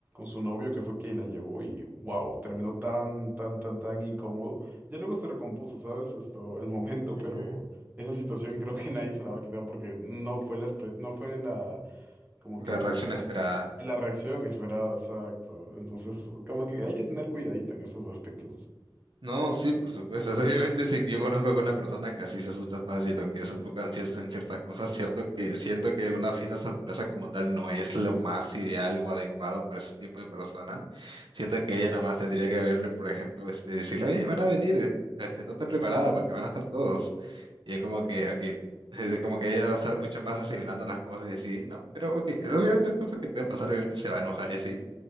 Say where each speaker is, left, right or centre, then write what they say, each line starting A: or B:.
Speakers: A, on the right (about 25°); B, on the right (about 70°).
A: su novio que fue quien la llevó y wow, terminó tan, tan, tan, tan incómodo. Ya luego se recompuso, ¿sabes? Esto, el momento,
B: Ujú.
A: pero esa situación creo que <laughs> nadie se la va a quitar porque no fue la, expre- no fue la, como
B: La
A: que
B: reacción esperada.
A: la reacción esperada, exacto. Entonces, como que hay que tener cuidadito en esos aspectos. <laughs>
B: No, sí, por supuesto. <laughs> Obviamente, si yo conozco a una persona que así se asusta fácil o que es un poco ansiosa en ciertas cosas, cierto que siento que una fiesta sorpresa como tal no es lo más ideal o adecuado para ese tipo de personas. Siento que ella nada más tendría que verle, por ejemplo, este, decirle, oye, van a venir, este, estate preparada porque van a estar todos. Y es como que, ok, <laughs> es como que ella va a estar mucho más asimilando las cosas y así, ¿no? Pero, ok, obviamente es cosas que pueden pasar, obviamente se va a enojar y así.